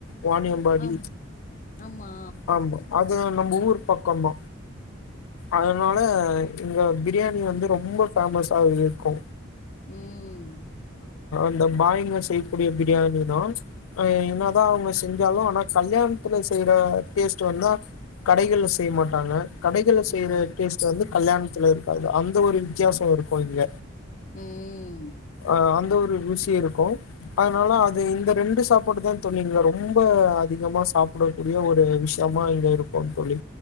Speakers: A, on the left (about 85°); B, on the left (about 40°).
A: வாணியம்பாடி
B: ஆம். ஆமா.
A: ஆமா அ நம்ம ஊர் பக்கந்த அதனால இங்க பிரியாணி வந்து ரொம்ப ஃபேமஸா இருக்கு
B: உம்
A: இந்த பாய்ங்க செய்யக்கூடிய பிரியாணி தான் என்ன தான் அவங்க செஞ்சாலும் ஆனா கல்யாணத்துல செய்யற டேஸ்ட்ட் வந்தா கடைகள செய்ய மாட்டாங்க கடைகளை செய்யற
B: ம்.
A: டேஸ்ட் வந்து கல்யாணத்துல இருக்காது அந்த ஒரு வித்தியாசம் இருக்கும் இங்க
B: உம்ஹ்
A: அ அந்த ஒரு ருசி இருக்கு அதனால அது இந்த ரெண்டு சாப்பாடு தான் தோழிங்க ரொம்ப அதிகமா சாப்பிடக்கூடிய ஒரு விஷயமா இங்க இருக்கு தோழி